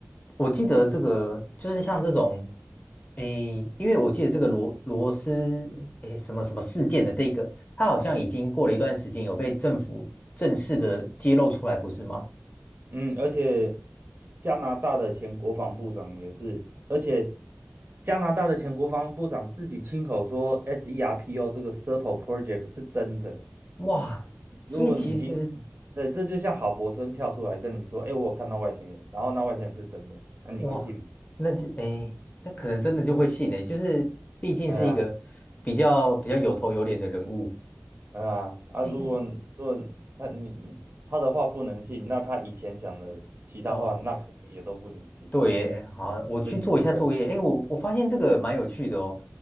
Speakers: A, on the left; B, on the right.
A: 我记得这个，
B: 嗯
A: 就是像这种，诶，因为我记得这个罗罗斯，诶，什么什么事件的这个，它好像已经过了一段时间，有被政府正式的揭露出来，不是吗？
B: 嗯，而且加加拿大的前国防部长也是，而且加拿大的前国防部长自己亲口说 SERPO 这个 Serpo Project 是真的。
A: 哇，所以其实。
B: 如果你今，对，这就像郝柏村跳出来跟你说，哎，我有看到外星人，然后那外星人是真的，那、你会信吗？
A: 哇，那就诶，那可能真的就会信诶，就是毕竟是一个比较比较有头有脸的人物。
B: 哎呀，哎呀，啊，
A: 诶，
B: 如果你如果他你他的话不能信，
A: <clears throat>
B: 那他以前讲的其他话，
A: 那哦，
B: 那可能也都不能信，
A: 对耶，好，我去做一下作业。
B: 问题就会很
A: 诶，我我发现这个蛮有趣的哦，
B: 大。